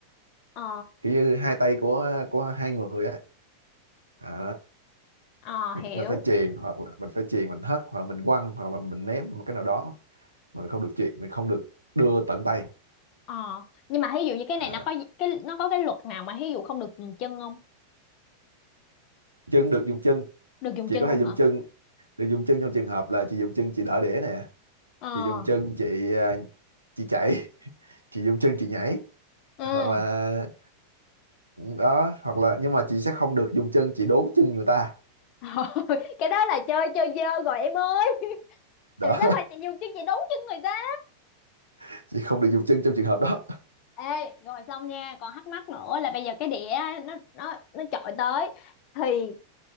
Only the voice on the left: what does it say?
Ờ.
Ờ
hiểu.
Ờ. Nhưng mà ví dụ như cái
này nó có cái nó có cái luật nào mà ví dụ không được dùng chân không?
Được dùng
chân
luôn
hả?
Ờ.
Ừ.
<laughs> cái đó là chơi chơi dơ rồi em ơi
thì sao phải chị dùng chứ chị đúng chân người ta
ê rồi xong nha còn thắc mắc nữa là bây giờ cái đĩa nó nó nó chọi tới thì